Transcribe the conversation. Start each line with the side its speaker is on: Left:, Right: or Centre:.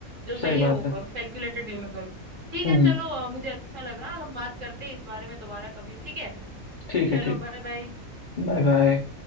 Right: जो सही
Left: सही बात
Right: है वो
Left: है
Right: करो कैलकुलेटेड वे में करो ठीक
Left: हम्म
Right: है
Left: हम्म,
Right: चलो अ, मुझे अच्छा लगा हम बात करते हैं इस बारे में दोबारा कभी ठीक है
Left: ठीक
Right: चलो
Left: है ठीक
Right: बाय बाय
Left: है Bye bye